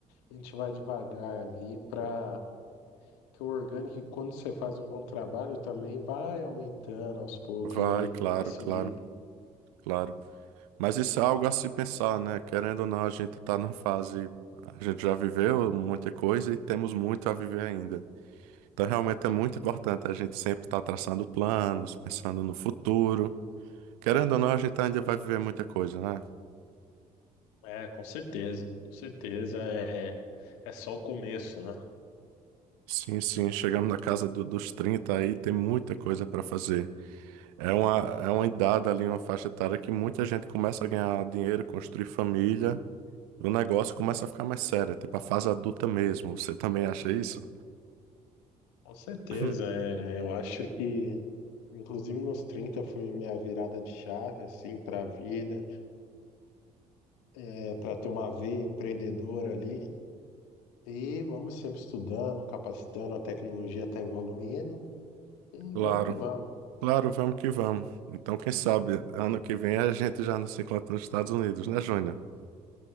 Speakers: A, on the left; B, on the right.
A: a gente vai devagar ali para que o orgânico, quando você faz um bom trabalho, também vai aumentando aos poucos
B: Vai,
A: ali,
B: claro,
A: vai subindo.
B: claro, claro. Mas isso é algo a se pensar, né? Querendo ou não, a gente está na fase, a gente já viveu muita coisa e temos muito a viver ainda. Então, realmente é muito importante a gente sempre estar traçando planos, pensando no futuro. Querendo ou não, a gente ainda vai viver muita coisa, né?
A: É, com certeza, com certeza é, é só o começo, né?
B: Sim, sim, chegamos na casa do- dos 30 aí, tem muita coisa para fazer. É uma, é uma idade ali, uma faixa etária que muita gente começa a ganhar dinheiro, construir família, e o negócio começa a ficar mais sério, tipo a fase adulta mesmo. Você também acha isso?
A: Com certeza,
B: <clears throat>
A: é, eu acho que inclusive, nos 30 foi minha virada de chave, assim, para a vida, é, para ter uma veia empreendedora ali. E vamos sempre estudando, capacitando, a tecnologia está evoluindo. E
B: Claro,
A: vamos que vamos.
B: claro, vamos que vamos. Então, quem sabe, ano que vem a gente já não se encontra nos Estados Unidos, né, Júnior?